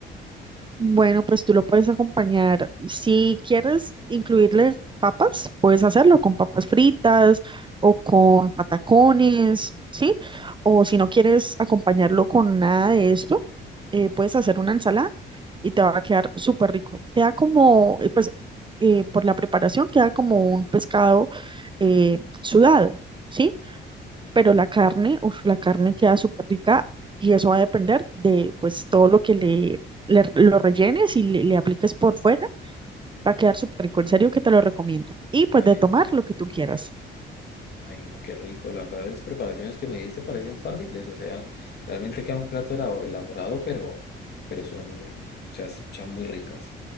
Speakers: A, on the right; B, on the left.
A: Bueno, pues tú lo puedes acompañar. Si quieres incluirle papas, puedes hacerlo con papas fritas o con patacones, ¿sí? O si no quieres acompañarlo con nada de esto, eh, puedes hacer una ensalada y te va a quedar súper rico. Queda como, eh, pues, eh, por la preparación, queda como un pescado eh, sudado, ¿sí? pero la carne, uf, la carne queda súper rica y eso va a depender de pues todo lo que le, le- lo rellenes y le, le apliques por fuera, va a quedar súper rico, en serio que te lo recomiendo. Y pues
B: Ay,
A: de tomar
B: qué-
A: lo que tú quieras.
B: ay, no, qué rico. La verdad, las preparaciones que me diste parecían fáciles. O sea, realmente queda un plato era- elaborado, pero, pero son, o sea, se escuchan muy ricas.